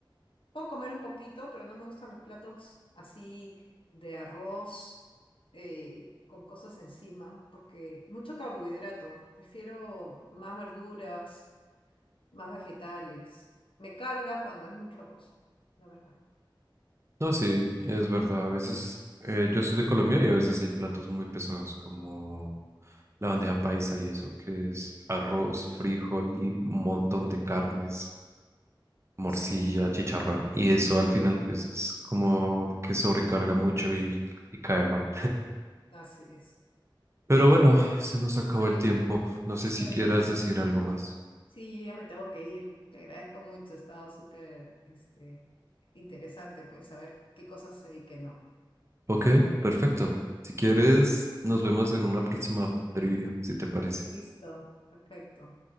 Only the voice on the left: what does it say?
Puedo comer un poquito, pero no me gustan los platos así de arroz eh, con cosas encima, porque mucho carbohidrato. Prefiero más verduras, más vegetales. Me carga cuando es mucho arroz, la verdad.
Sí,
así es.
Oye,
bueno,
sí, yo ya me tengo que ir. Te agradezco mucho, ha estado súper este, interesante, pues, saber qué cosas sé y qué no.
<laughs>
Listo, perfecto.